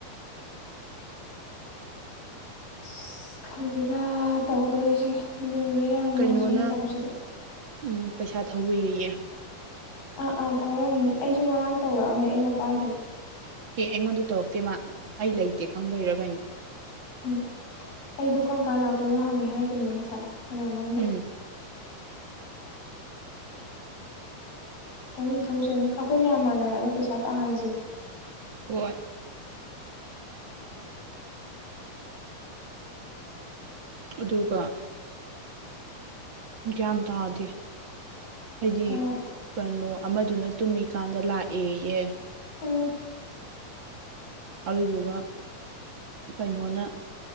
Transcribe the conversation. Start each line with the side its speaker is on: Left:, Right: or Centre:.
Left: ꯑꯁ ꯈꯪꯗꯦꯗ ꯇꯧꯗꯣꯔꯤꯁꯦ ꯂꯨ ꯔꯦ ꯌꯥꯝꯅ
Right: ꯀꯩꯅꯣꯅ
Left: ꯍꯧꯖꯤꯛ ꯃꯇꯝꯁꯤꯗ
Right: ꯎꯝ ꯄꯩꯁꯥ ꯊꯧꯋꯦꯌꯦ꯫
Left: ꯑꯥ ꯑꯥ ꯊꯧꯔꯝꯅꯤ ꯑꯩꯁꯨ ꯉꯔꯥꯡ ꯇꯧꯔꯛꯑꯝꯃꯦ ꯑꯩꯅ ꯄꯥꯏꯗꯕ꯫
Right: ꯑꯦ ꯑꯩꯉꯣꯟꯗ ꯇꯧꯔꯛꯇꯦ ꯃꯥ ꯑꯩ ꯂꯩꯇꯦ ꯈꯪꯕꯩꯔꯒꯩꯅꯣ꯫
Left: ꯎꯝ ꯑꯩꯗꯣ ꯀꯔꯝ ꯀꯥꯟ ꯂꯥꯛꯇꯣꯏꯅꯣ ꯍꯪꯉꯦ ꯍꯥꯏꯈꯤꯕꯅꯤ ꯉꯁꯥꯏ꯫ ꯀꯅꯥꯅꯣꯝꯗ
Right: ꯎꯝ
Left: ꯊꯧꯅꯤꯡ ꯊꯊꯧꯖꯅꯤ ꯑꯩꯈꯣꯏ ꯃꯌꯥꯝ ꯃꯥꯟꯅꯔꯒ ꯄꯩꯁꯥ ꯇꯥꯍꯟꯁꯦ
Right: ꯍꯣꯢ ꯑꯗꯨꯒ ꯒ꯭ꯌꯥꯟ ꯇꯥꯗꯦ ꯍꯥꯏꯗꯤ
Left: ꯇꯥꯗꯦ
Right: ꯀꯩꯅꯣ ꯑꯃꯗꯨꯅ ꯇꯨꯝꯃꯤꯀꯥꯟꯗ ꯂꯥꯛꯑꯦ ꯑꯦ
Left: ꯎꯝ
Right: ꯑꯗꯨꯗꯨꯒ ꯀꯩꯅꯣꯅ